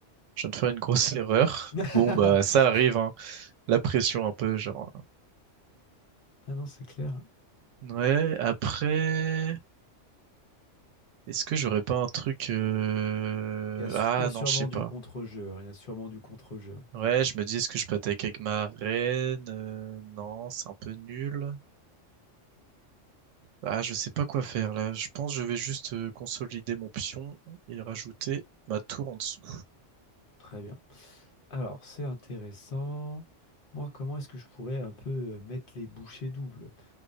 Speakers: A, on the right (about 80°); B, on the left (about 50°).
A: Je viens de faire une grosse <laughs> erreur.
B: <laughs>
A: Bon, bah, ça arrive, hein. La pression un peu, genre. hein.
B: Ah non, c'est clair.
A: Ouais, après, est-ce que j'aurais pas un truc... euh,
B: Il y a, su-
A: Ah
B: il y a sûrement
A: non, je sais pas.
B: du contre-jeu. hein, Il y a sûrement du contre-jeu.
A: Ouais, je me dis, est-ce que je peux attaquer avec ma reine? Euh, Non, c'est un peu nul. Ah, je sais pas quoi faire là. Je pense que je vais juste euh, consolider mon pion et rajouter ma tour en dessous.
B: Très bien. Alors, c'est intéressant. Moi, comment est-ce que je pourrais un peu euh, mettre les bouchées doubles?